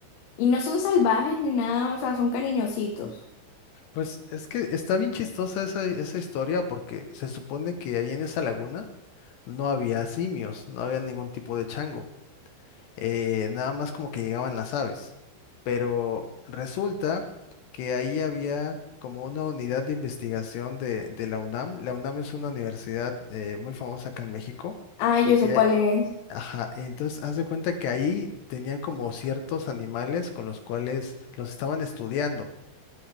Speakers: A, on the left; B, on the left.
A: Y no son salvajes ni nada, o sea, son cariñositos.
B: Pues es que está bien chistosa esa, esa historia porque se supone que ahí en esa laguna no había simios, no había ningún tipo de chango, eh, nada más como que llegaban las aves. Pero resulta que ahí había como una unidad de investigación de, de la UNAM. La UNAM es una universidad eh, muy famosa acá en México.
A: Ah, yo sé
B: Y, a-
A: cuál es.
B: ajá, entonces haz de cuenta que ahí tenían como ciertos animales con los cuales los estaban estudiando.